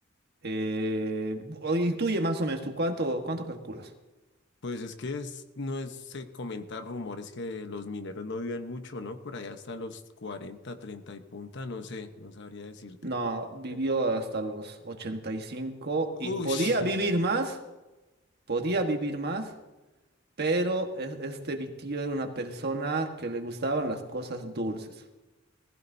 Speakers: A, on the right (about 55°); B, on the left (about 60°).
A: Eh, o intuye más o menos, ¿tú cuánto, cuánto calculas?
B: Pues es que es- no es, se comentan rumores que los mineros no viven mucho, ¿no? Por allá hasta los 40, 30 y punta, no sé, no sabría decirte.
A: No, vivió
B: Eh,
A: hasta los 85 y cinco y
B: Uy,
A: podía
B: <laughs>
A: vivir más, podía vivir más, pero es- este mi tío era una persona que le gustaban las cosas dulces.